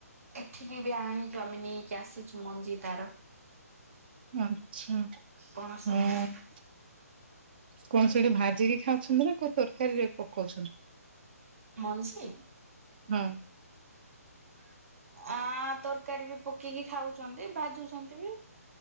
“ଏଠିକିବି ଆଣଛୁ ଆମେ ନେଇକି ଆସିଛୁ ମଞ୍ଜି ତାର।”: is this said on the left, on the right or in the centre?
Right